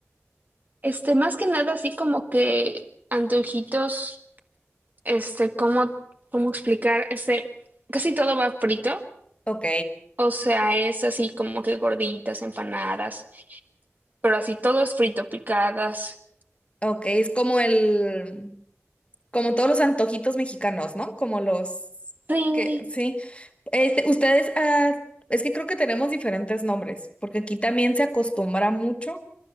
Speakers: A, on the right; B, on the left.
A: Este, más que nada, así como que antojitos, este, cómo, cómo explicar, este, casi todo va frito.
B: Ok,
A: O sea, es así como que gorditas, empanadas, pero así todo es frito, picadas.
B: ok, es como el, como todos los antojitos mexicanos, ¿no? Como los
A: Sí,
B: que, sí. Este, ustedes, ah, es que creo que tenemos diferentes nombres, porque aquí también se acostumbra mucho